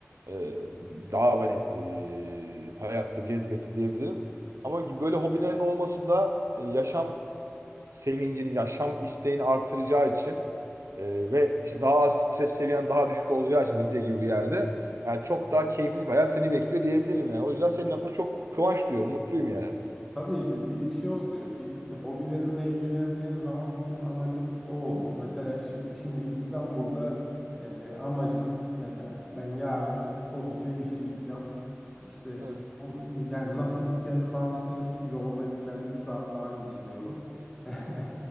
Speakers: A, on the right; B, in the centre.
A: e, daha beni e, hayatta cezbetti diyebilirim. Ama böyle hobilerin olması da e, yaşam sevincini, yaşam isteğini artıracağı için e, ve işte daha az stres seviyen daha düşük olacağı için Rize gibi bir yerde yani çok daha keyifli bir hayat seni bekliyor diyebilirim yani. O yüzden senin adına çok kıvanç duyuyorum, mutluyum yani.
B: Tabii ki bir şey oluyor. Bir hobilerinle ilgilendiğin zaman bütün amacın o oluyor. Mesela işi- şimdi İstanbul'da e, amacın mesela ben yarın ofise işe gideceğim. İşte
A: Evet.
B: o- yani nasıl gideceğini falan düşünüyorsun. Yolda ben 3 saat falan geçiriyorum. <laughs>